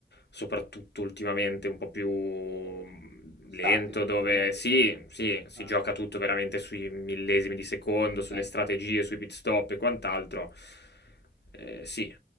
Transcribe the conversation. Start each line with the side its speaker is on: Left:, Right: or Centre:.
Left: soprattutto ultimamente un po' più mh,
Right: Statico
Left: lento, dove
Right: potremmo dire.
Left: sì, sì, si
Right: Eh,
Left: gioca tutto veramente sui millesimi di secondo, sulle strategie,
Right: sì.
Left: sui pit stop e quant'altro. Eh, sì,